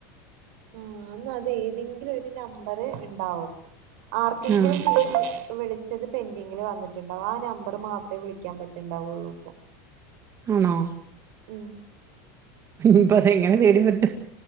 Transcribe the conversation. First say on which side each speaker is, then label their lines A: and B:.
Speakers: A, on the right (about 65°); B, on the right (about 30°).
A: ആഹ എന്ന അത് ഏതെങ്കിലും ഒരു നമ്പർ ഇണ്ടാവും ആർക്കെങ്കിലും
B: ആഹ്
A: <inaudible> ചേച്ചി വിളി ച്ചത് പെന്ഡിങ്ങില് വന്നിട്ടുണ്ടാവും ആ നമ്പർ മാത്രമേ വിളികാൻ പറ്റുണ്ടാവുള്ളൂ ഇപ്പൊ
B: ആണോ
A: ഉം
B: ‌ ഇനിയിപ്പോ അതെങ്ങനെ തേടി വരട്ടെ